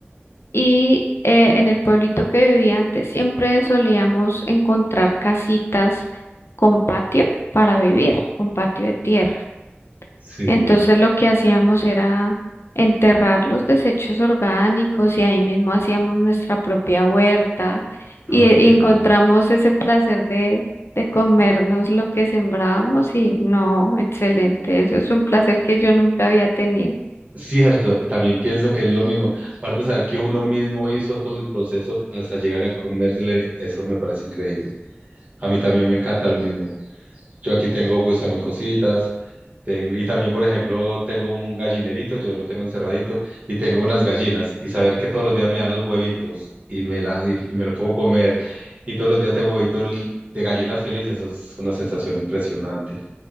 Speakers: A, on the left; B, on the right.
A: Y eh, en el pueblito que vivía antes siempre solíamos encontrar casitas con patio para vivir, con patio de tierra.
B: sí.
A: Entonces lo que hacíamos era enterrar los desechos orgánicos y ahí mismo hacíamos nuestra propia huerta y,
B: Ay,
A: eh,
B: qué
A: y encontramos
B: bien.
A: ese placer de, de comernos lo que sembrábamos y no, excelente, eso es un placer que yo nunca había tenido.
B: Cierto, también pienso que es lo mismo. Aparte de saber que uno mismo hizo todo el proceso hasta llegar a comérsele, eso me parece increíble. A mí también me encanta lo mismo. Yo aquí tengo pues también cositas. Tengo, y también, por ejemplo, tengo un gallinerito, yo lo tengo encerradito, y tengo unas gallinas. Y saber que todos los días me dan los huevitos y me, la, y, y me lo puedo comer. Y todos los días tengo huevitos li- de gallina feliz. Eso es una sensación impresionante.